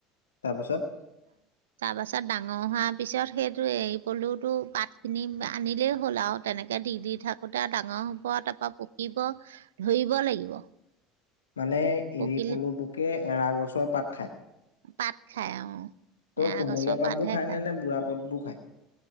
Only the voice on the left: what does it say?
তাৰপিছত
মানে
এৰি পলু পুকে এৰা গছৰ পাত খায়
ত'
কুমলীয়া
পাতবোৰ
নে নে বুঢ়া পাতবোৰ খায়?